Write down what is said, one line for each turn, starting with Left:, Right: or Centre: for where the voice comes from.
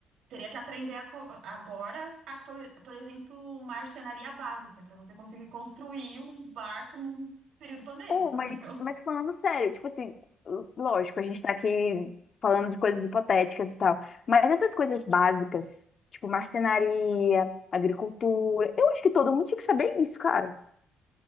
Right: teria que aprender a co- agora, a, por, por exemplo, marcenaria básica, para você conseguir construir um barco num período pandêmico,
Left: Oh,
Right: <laughs> entendeu?
Left: mas,
Right: É
Left: mas falando sério, tipo assim, l- lógico, a gente tá aqui falando de coisas hipotéticas e tal, mas essas coisas básicas, tipo marcenaria, agricultura, eu acho que todo mundo tinha que saber isso, cara.